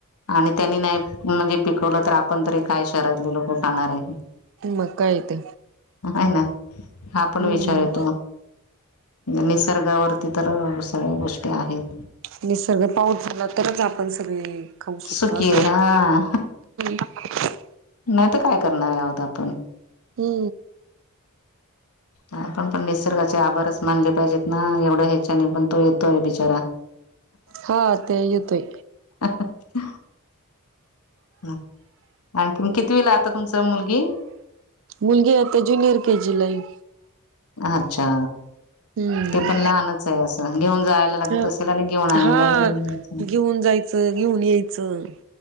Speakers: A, on the left (about 80°); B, on the right (about 60°).
A: आणि त्यानी नाही म्हणजे पिकवलं तर आपण तरी काय शहरातले लोक खाणार हे.
B: मग काय ते
A: ह ना हा पण
B: हम्म
A: विचार येतो. निसर्गावरती तर सगळ्या गोष्टी आहेत.
B: निसर्ग पाऊस झाला तरच आपण सगळे खाऊ
A: सुखी
B: शकतो असं
A: आहे हा
B: <unintelligible> <inaudible>
A: नाही तर काय करणारे आहे आहोत आपण
B: हो.
A: आपण पण निसर्गाचे आभारंच मानले पाहिजेत ना एवढं ह्याच्या ने पण तो येतोय बिचारा.
B: हा ते येतोय.
A: हं हं. हं आणखीन कितविला आता तुमचं मुलगी?
B: मुलगी हे आता ज्युनियर के जी लाय.
A: अच्छा
B: हम्म
A: ते पण लहानच आहे असं घेऊन जायला लागत
B: ह
A: असेल आणि घेऊन आणायला
B: हां
A: लागेल.
B: घेऊन जायचं, घेऊन यायचं.